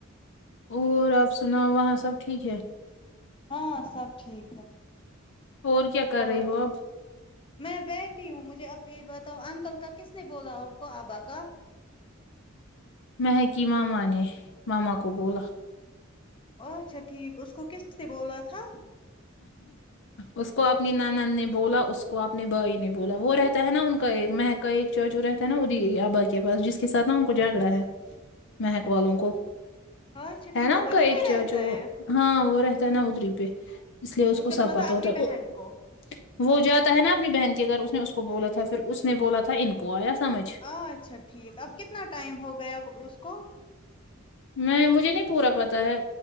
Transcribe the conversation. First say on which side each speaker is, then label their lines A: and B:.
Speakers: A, on the left; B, on the left.
A: اور آپ سناؤ وہاں سب ٹھیک ہے
B: ہاں سب ٹھیک ہے
A: اور کیا کر
B: اور
A: رہی ہو اب
B: میں بیٹھی ہوں مجھے اب یہ بتاؤ انکل کا کس نے بولا ہو کو ابا کا
A: مہک کی ماما نے ماما کو بولا
B: اچھا ٹھیک ا اس کو کس سے بولا تھا
A: اس کو اپنی نانان نے بولا اس کو اپنے بھائی نے بولا وہ رہتا ہے نا ان کا ایک مہت کا ایک چاچو رہتا ہے نا ادی آبا کے پاس جس کے ساتھ نا ان کو جھگڑا ہے مہک والوں کو
B: اچھا ٹھیک
A: ہے نا
B: وہ
A: ان
B: وہیں
A: کا ایک
B: پہ
A: چاچو
B: رہتا ہے
A: ہاں وہ رہتا ہے نا ادری پہ اس لیے اس کو
B: نے
A: سپاتا
B: بولا تھا اپنی
A: ہوتا ہے
B: بہن کو
A: وہ جاتا ہے نا اپنی بہن کے گھر اس نے اس کو بولا تھا پھر اس نے بولا تھا ان کو آیا سمجھ
B: اچھا ٹھیک اب کتنا ٹائم ہو گیا اس کو
A: میں مجھے نہیں پورا پتا ہے